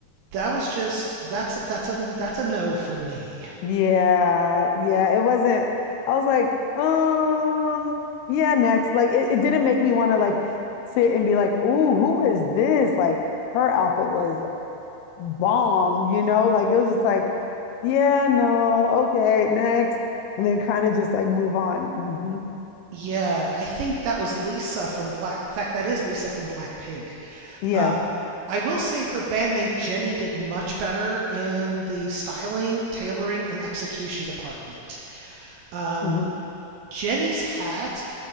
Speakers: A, on the right; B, on the left.
A: that was just that's that's a that's a no from me.
B: Yeah, yeah, it wasn't. I was like, um, yeah, next. Like, it, it didn't make me want to like sit and be like, oh, who is this? Like, her outfit was bomb, you know? Like, it was just like, yeah, no, okay, next. And then kind of just like move on. hmm
A: Yeah, I think that was Lisa from Black. In fact, that is Lisa from Blackpink.
B: Yeah.
A: Um, I will say her bandmate Jenny did much better in the styling, tailoring, and execution department. Um,
B: hmm
A: Jenny's hat